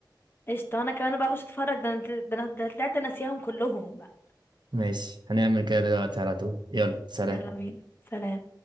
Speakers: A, on the left; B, on the right.
A: قشطة انا كمان بقى اخش اتفرج ده انا ده انا ده أنا طلعت ناسياهم كلهم بقى
B: ماشي هنعمل كده دلوقتي على طول يلا سلام
A: يلا بينا سلام